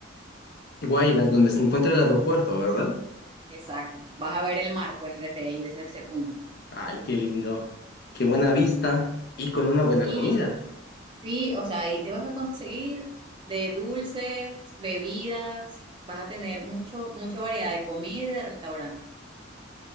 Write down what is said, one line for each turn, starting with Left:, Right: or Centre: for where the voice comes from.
Left: Guaymas, donde se encuentra el aeropuerto, ¿verdad?
Right: Exacto. Vas a ver el mar, pues, desde ahí, desde ese punto.
Left: Ay, qué lindo, qué buena vista y con una buena
Right: Y
Left: comida.
Right: sí, o sea, ahí te vas a conseguir de dulces, bebidas, vas a tener mucho, mucha variedad de comida y de restaurante.